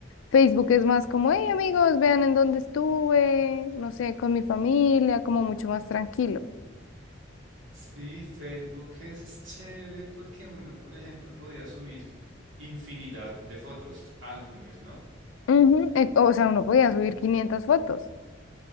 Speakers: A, on the left; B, on the right.
A: Facebook es más como, hey amigos, vean en dónde estuve, no sé, con mi familia, como mucho más tranquilo.
B: Sí, Facebook es chévere porque uno, por ejemplo, podía subir infinidad de fotos, álbumes, ¿no?
A: Ujú, e- O sea, uno podía subir 500 fotos.